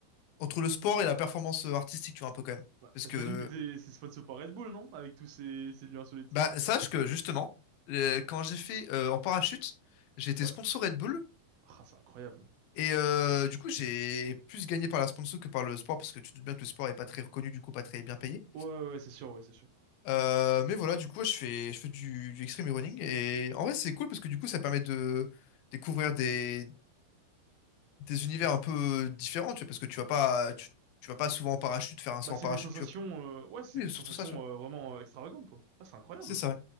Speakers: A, on the left; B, on the right.
A: entre le sport et la performance artistique, tu vois, un peu quand même.
B: Bah,
A: Parce
B: j'imagine
A: que,
B: que t'es, c'est sponsor par Red Bull, non? Avec tous ces, ces lieux insolites.
A: bah, sache que justement, euh, quand j'ai fait euh, en parachute, j'ai été
B: Ouais.
A: sponsor Red Bull.
B: Ah, c'est incroyable.
A: Et euh, du coup, j'ai plus gagné par la sponsor que par le sport, parce que tu te doutes bien que le sport est pas très reconnu, du coup, pas très bien payé.
B: Ouais, ouais, ouais, c'est sûr, ouais, c'est sûr.
A: Euh, mais voilà, du coup, ouais, je fais, je fais du, du extreme running. Et en vrai, c'est cool parce que du coup, ça permet de découvrir des, des univers un peu différents, tu vois, parce que tu vas pas, tu, tu vas pas souvent en parachute, faire un saut
B: Bah,
A: en
B: c'est
A: parachute,
B: des sensations,
A: tu vois,
B: euh, ouais, c'est
A: Oui,
B: des
A: surtout
B: sensations
A: ça, tu vois.
B: euh, vraiment euh, extravagantes, quoi. Ah, c'est incroyable.
A: C'est ça. ouais.